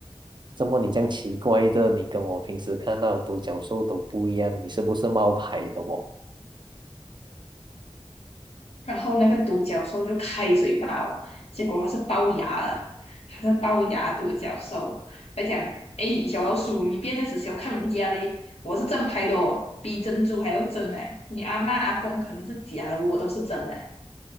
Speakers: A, on the right; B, on the left.
A: 怎么你这样奇怪的？你跟我平时看到的独角兽都不一样，你是不是冒牌的哦？
B: 然后那个独角兽就开嘴巴我，结果它是龅牙了，它是龅牙独角兽。它讲：“哎，小老鼠，你别再只小看人家嘞，我是正牌的哦，比珍珠还要真哎！你阿妈阿公可能是假的，我都是真的。”